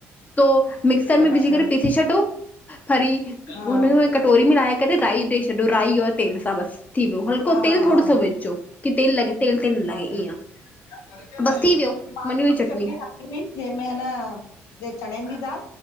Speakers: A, on the left; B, on the left.
A: तौ मिक्सर
B: अच्छा
A: में विझी करे पीसे छडो हरी
B: हा
A: उन में कटोरी में लाहे करे राई ॾेई छॾो राई जो तेल सां बस थी वियो हल्को
B: हा
A: तेल थोड़ो
B: हा
A: सो विझ छो कि तेल लगे तेल तेल न लॻे
B: <unintelligible>
A: ईअं बसि थी वियो बनी वई चटनी
B: जेमें न जे चणन जी दाल।